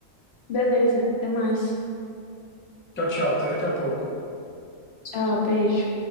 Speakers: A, on the left; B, on the left.
A: Beleza, até mais.
B: Tchau, tchau, até daqui a pouco.
A: Tchau, beijo.